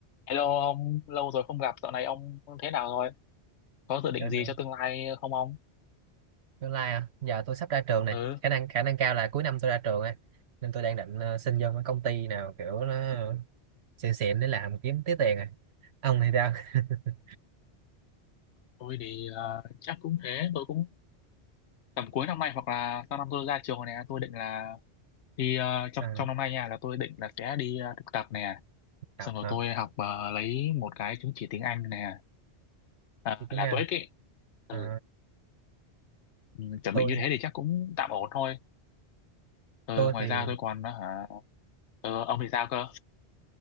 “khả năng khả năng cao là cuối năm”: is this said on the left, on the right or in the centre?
Right